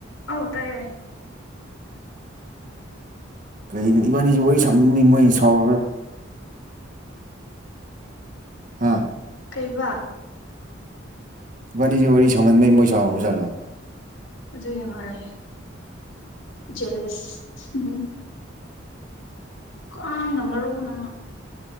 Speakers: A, on the left; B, on the right.
A: ꯍ ꯇꯑꯌꯦ
B: ꯀꯩꯅꯣ ꯏꯕꯥꯅꯤꯁꯨ ꯋꯥꯔꯤ ꯁꯝꯅꯤ ꯃꯣꯏ ꯁꯥꯎ ꯍꯥꯥ
A: ꯀꯩꯕꯥ
B: ꯃꯅꯤꯁꯤ ꯋꯥꯔꯤ ꯋꯥꯔꯤ ꯁꯅꯗꯩ ꯃꯩꯁꯥ ꯎꯔꯖꯜꯂꯣ
A: ꯑꯗꯨꯒꯤ ꯃꯥꯂꯦ ꯖꯂꯁ ꯎ ꯀꯥꯝꯕ ꯔꯨꯅꯃ